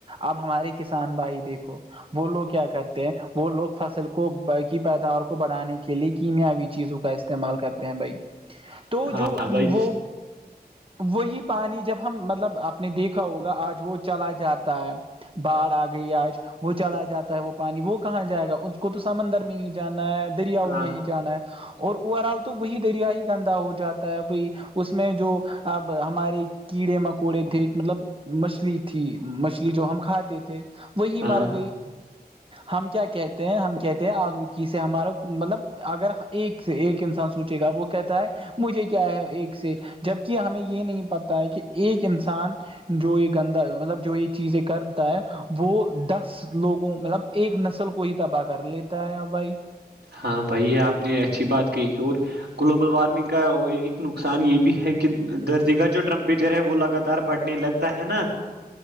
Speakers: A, on the right (about 35°); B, on the right (about 85°).
A: اب ہمارے کسان بھائی دیکھو وہ لوگ کیا کرتے ہیں وہ لوگ فصل کو کی پیداوار کو بڑھانے کے لیے کیمیاوی چیزوں کا استعمال کرتے ہیں بھائی
B: <inaudible>
A: تو جو
B: بھائی
A: وہ وہی پانی جب ہم مطلب آپ نے دیکھا ہوگا آج وہ چلا جاتا ہے بارھ آ گئی آج وہ چلاا جاتا ہے وہ پانی وہ کہاں جائے گا اس کو تو سمندر میں ہی جانا ہے دریاؤ
B: ہاں
A: میں ہی جانا ہے اور اور اوور آل تو وہی دریا ہی گندا ہو جاتا ہے بائی اس میں جو اب ہمارے کیڑے مکوڑے تھے مطلب مچھلی تھی مچھلی جو ہم کھاتے تھے وہی
B: ہاں
A: ہمارگ ہم کیا کہتے ہیں ہم کہتے ہیں آلودگی سے ہمارا مطلب اگر ایک سے ایک انسان سوچے گا وہ کہتا ہے مجھے کیا ہے ایک سے جبکہ ہمیں یہ نہیں پتتا ہے کہ ایک انسان جو یہ گندا مطلب جو یہ چیزیں کرتا ہے وہ دس لوگوں مطلب ایک نسل کو ہی تباہ کر لیتا ہے ا بھائی
B: ہاں بھائی یہ آپ نے اچھی بات کہ اور گلوبل وارمنگ کا ایک نقصان یہ بھی ہے کہ کہ دھررتی کا جو ٹمپریچر ہے وہ لگاتار بڑھنے لگتا ہے نا